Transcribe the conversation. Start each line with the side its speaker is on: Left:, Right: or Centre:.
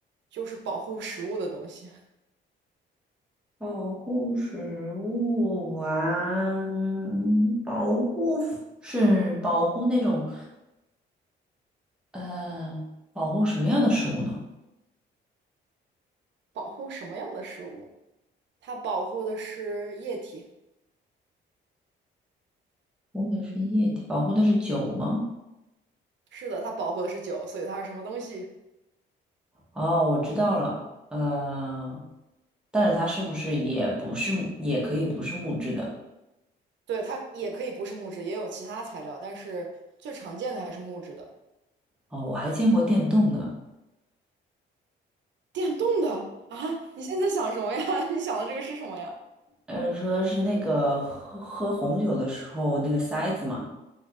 Right: 就是保护食物的东西。
Centre: 保护食物啊，保护是保护那种呃，保护什么样的食物呢？
Right: 保护什么样的食物？它保护的是液体。
Centre: 保护的是液体，保护的是酒吗？
Right: 是的，它保护的是酒，所以它是什么东西？
Centre: 哦，我知道了，呃，但是它是不是也不是，也可以不是木质的？
Right: 对，它也可以不是木质，也有其他材料，但是最常见的还是木质的。
Centre: 哦，我还见过电动呢。
Right: 电动的啊？你现在想什么呀？<laughs> 你想的这个是什么呀？
Centre: 呃，说是那个喝喝红酒的时候那个塞子嘛，